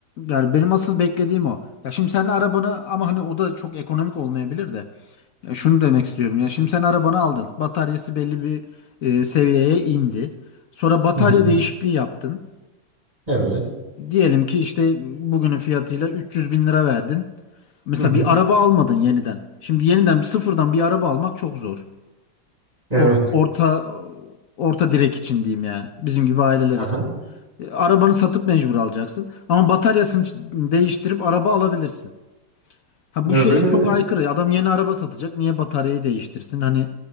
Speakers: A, on the left; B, on the right.
A: Yani benim asıl beklediğim o. Ya şimdi sen arabanı ama hani o da çok ekonomik olmayabilir de. Ya şunu demek istiyorum. Ya şimdi sen arabanı aldın. Bataryası belli bir e, seviyeye indi. Sonra batarya
B: Hı hı.
A: değişikliği yaptın.
B: Evet.
A: Diyelim ki işte bugünün fiyatıyla 300 bin lira verdin. Mesela
B: Hı hı.
A: bir araba almadın yeniden. Şimdi yeniden sıfırdan bir araba almak çok zor.
B: Evet.
A: Or- Orta orta direk için diyeyim yani. Bizim gibi aileler
B: Aha.
A: için. E, Arabanı satıp mecbur alacaksın. Ama bataryasını ç- değiştirip araba alabilirsin. Ha
B: Öyle
A: bu şeye çok
B: öyle.
A: aykırı. Adam yeni araba satacak. Niye bataryayı değiştirsin? Hani